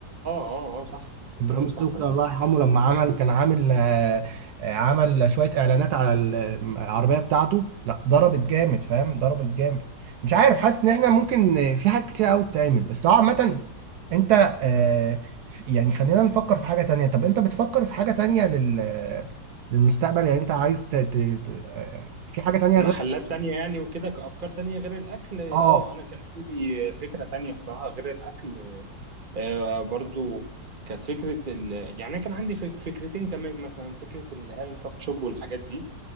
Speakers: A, on the right (about 30°); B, on the right (about 70°).
A: اه اه صح انت بتتكلم
B: ابراهيم
A: صح
B: الطفل الله يرحمه لما عمل كان عامل آه، آه، عمل شويه اعلانات على العربيه بتاعته لا ضربت جامد فاهم ضربت جامد مش عارف حاسس ان احنا ممكن آه، في حاجات كتير قوي تتعمل بس هو عامه انت آه، في- يعني خلينا نفكر في حاجه تانية طب انت بتفكر في حاجه تانية لل للمستقبل يعني انت عايز ت... ت... ت- آه، في حاجه تانية
A: محلات
B: غير
A: تانية يعني وكده كأفكار تانية غير الأكل اه
B: اه
A: أنا كان عندي فكرة تانية الصراحة غير الأكل آه برضو كانت فكرة ال... يعني أنا كان عندي فك- فكرتين كمان مثلا فكرة اللي هي الكافي شوب والحاجات دي